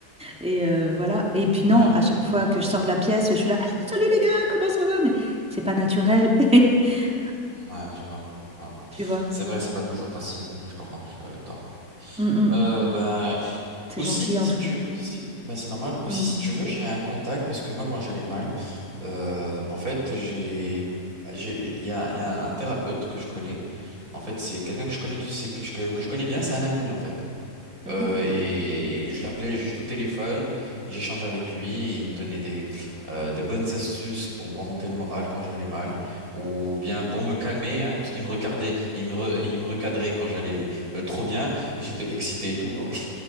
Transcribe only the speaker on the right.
Ouais.
Bon.
Ouais, je vois. je vois.
C'est vrai, c'est pas toujours facile. Ouais, je comprends, je suis avec toi.
Euh, ben,
aussi,
si
tu,
si, ben, c'est normal. Aussi,
si tu veux, j'ai un contact parce que moi, quand j'allais mal, euh, en fait, j'ai, j'ai, il y a, il y a un thérapeute que je connais. En fait, c'est quelqu'un que je connais, du- c'est que je, que je connais bien. C'est un ami, en fait.
Euh, et je l'appelais juste au téléphone, et j'échangeais avec lui, et il me donnait des, euh, des bonnes astuces pour me remonter le moral quand j'allais mal, ou bien pour me calmer, hein, parce qu'il me regardait, il me, re- <laughs> il me recadrait quand j'allais euh, trop bien, j'étais excité et tout,